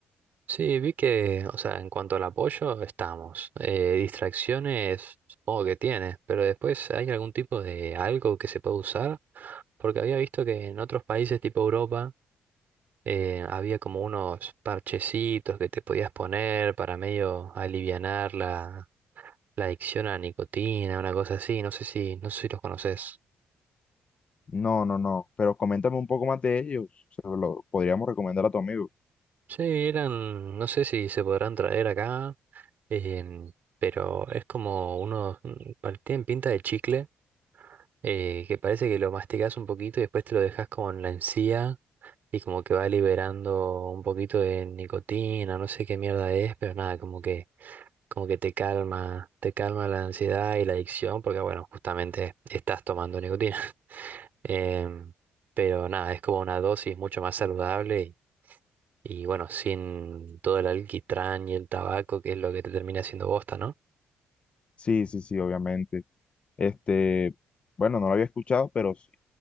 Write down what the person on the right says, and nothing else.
Sí, vi que, o sea, en cuanto al apoyo, estamos. Eh, distracciones, supongo que tiene, pero después hay algún tipo de algo que se puede usar, porque había visto que en otros países tipo Europa eh, había como unos parchecitos que te podías poner para medio alivianar la, la adicción a la nicotina, una cosa así, no sé si, no sé si los conoces.
Sí, eran, no sé si se podrán traer acá, em, pero es como unos, mm, pa- tienen pinta de chicle, eh, que parece que lo masticas un poquito y después te lo dejas como en la encía y como que va liberando un poquito de nicotina, no sé qué mierda es, pero nada, como que, como que te calma, te calma la ansiedad y la adicción, porque bueno, justamente estás tomando nicotina. <laughs> Em, pero nada, es como una dosis mucho más saludable y, y bueno, sin todo el alquitrán y el tabaco, que es lo que te termina haciendo bosta, ¿no?